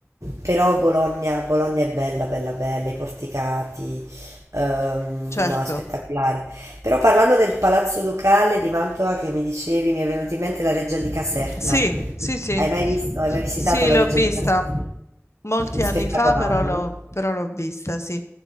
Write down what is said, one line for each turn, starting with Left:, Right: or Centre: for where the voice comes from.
Right: però Bologna, Bologna è bella, bella, bella, i porticati, ehm,
Left: certo.
Right: no, è spettacolare. Però parlando del Palazzo Ducale di Mantova che mi dicevi, mi è venuta in mente la Reggia di Caserta.
Left: Sì, sì, sì.
Right: Hai mai visto, hai mai visitato
Left: Sì,
Right: la
Left: l'ho
Right: Reggia
Left: vista
Right: di Caserta?
Left: molti
Right: Spettacolare,
Left: anni fa, però
Right: no?
Left: l'ho però l'ho vista, sì.